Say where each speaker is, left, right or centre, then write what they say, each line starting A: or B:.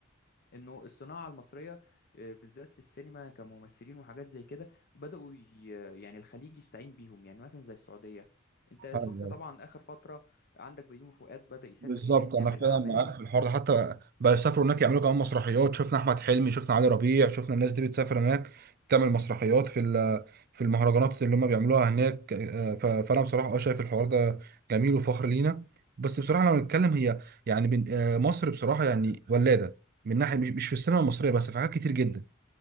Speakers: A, on the left; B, on the right.
A: انه الصناعه المصريه آه، بالذات في السينما كممثلين وحاجات زي كده بداوا ي- يعني الخليج يستعين بيهم يعني مثلا زي السعوديه انت
B: ايوه
A: شفت طبعا اخر فتره عندك بيومي فؤاد بدا يسافر
B: بالظبط
A: هناك
B: انا
A: يعمل
B: فعلا
A: اعمال
B: معاك في الحوار ده حتى بيسافروا هناك يعملوا كمان مسرحيات شفنا احمد حلمي شفنا علي ربيع شفنا الناس دي بتسافر هناك تعمل مسرحيات في ال- في المهرجانات اللي هم بيعملوها هناك آه، ف- فانا بصراحه اه شايف الحوار ده جميل وفخر لينا بس بصراحه لو نتكلم هي يعني بن- آه، مصر بصراحه يعني ولاده من ناحيه مش مش في السينما المصريه بس في حاجات كتير جدا